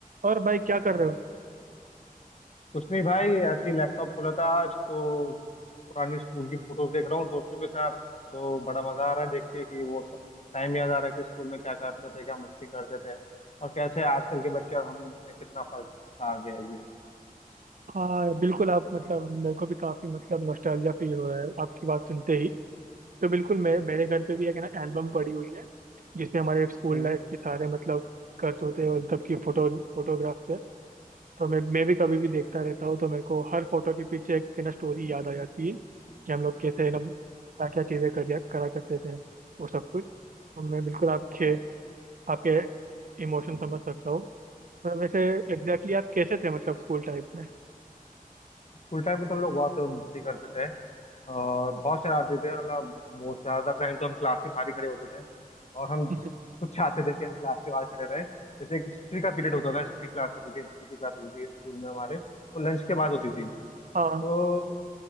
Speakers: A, on the right; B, on the left.
A: और भाई क्या कर रहे हो
B: कुछ नहीं भाई ऐसे ही लैपटॉप खोला था आज तो पुरानी स्कूल की फोटोज देख रहा हूँ दोस्तों के साथ तो बड़ा मजा आ रहा है देख के कि वो सब टाइम याद आ रहा है कि स्कूल में क्या करते थे क्या मस्ती करते थे और कैसे आजकल के बच्चे और हम में कितना फर्क आ गया है जीवन में।
A: हाँ बिल्कुल आप मतलब मेरे को भी काफी मतलब नॉस्टैल्जिया फील हो रहा है आपकी बात सुनते ही तो बिल्कुल मैं मेरे घर पे भी एक ना एल्बम पड़ी हुई है जिसमें हमारे स्कूल
B: हम्म
A: लाइफ के सारे मतलब करतूते और सबकी फोटो फोटोग्राफ्स है तो मैं मैं भी कभी भी देखता रहता हूँ तो मेरे को हर फोटो के पीछे एक ना स्टोरी याद आ जाती है कि हम लोग कैसे ना क्या क्या चीजें कर करा करते थे वो सब कुछ तो मैं बिल्कुल आपके आपके इमोशन समझ सकता हूँ तो वैसे एग्जैक्टली exactly आप कैसे थे मतलब स्कूल टाइम में
B: स्कूल टाइम में तो हम लोग बहुत मस्ती करते थे और बहुत शरारती थे मतलब बहुत ज्यादातर टाइम तो हम क्लास के बाहर ही खड़े होते थे और हम
A: <laughs>
B: कुछ चाहते थे कि हम क्लास के बाहर खड़े रहे जैसे एक हिस्ट्री का पीरियड होता था हिस्ट्री क्लास होती थी हिस्ट्री की क्लास होती थी स्कूल में हमारे वो लंच के बाद होती थी
A: हाँ
B: तो